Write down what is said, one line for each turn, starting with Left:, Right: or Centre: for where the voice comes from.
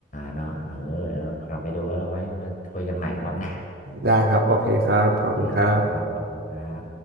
Left: เนาะเออเดี๋ยวกลับไปดูแล้วเราไว้มาคุยกันใหม่รอบหน้า
Right: ได้ครับโอเคครับขอบคุณครับ
Left: โอเคครับขอบคุณครับ